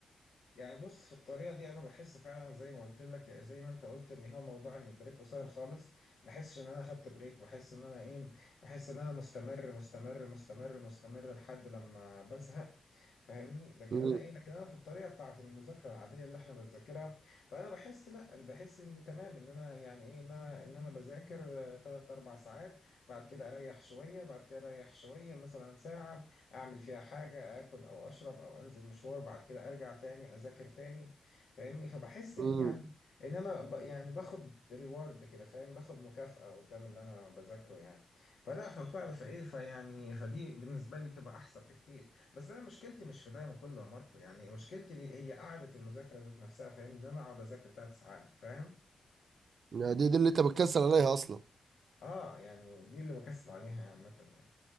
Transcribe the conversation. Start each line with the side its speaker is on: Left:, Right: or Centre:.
Left: يعني بص في الطريقة دي أنا بحس فعلا زي ما قلت لك يعني زي ما أنت قلت إن هو موضوع إن البريك قصير خالص بحسش إن أنا خدت بريك بحس إن أنا إيه بحس إن أنا مستمر مستمر مستمر مستمر لحد لما بزهق فاهمني لكن
Right: امم
Left: أنا إيه لكن أنا في الطريقة بتاعة المذاكرة العادية اللي إحنا بنذاكرها فأنا بحس لأ بحس إني تمام إن أنا يعني إيه إن أنا إن أنا بذاكر آه، تلات أربع ساعات بعد كده أريح شوية بعد كده أريح شوية مثلا ساعة اعمل فيها حاجة اكل او اشرب او انزل مشوار بعد كده ارجع تاني اذاكر تاني فاهمني فبحس ان
Right: امم
Left: يعني ان انا ب يعني باخد ريورد كده فاهم باخد مكافأة قدام اللي انا بذاكره يعني فلا فبتعرف فايه فيعني فدي بالنسبة لي بتبقى احسن بكتير بس انا مشكلتي مش في ده كله يا ماركو يعني مشكلتي دي هي قعدة المذاكرة ذات نفسها فاهم ان انا اقعد اذاكر ثلاث ساعات فاهم
Right: يعني دي دي اللي انت بتكسل عليها اصلا
Left: اه يعني دي اللي بكسل عليها عامة يعني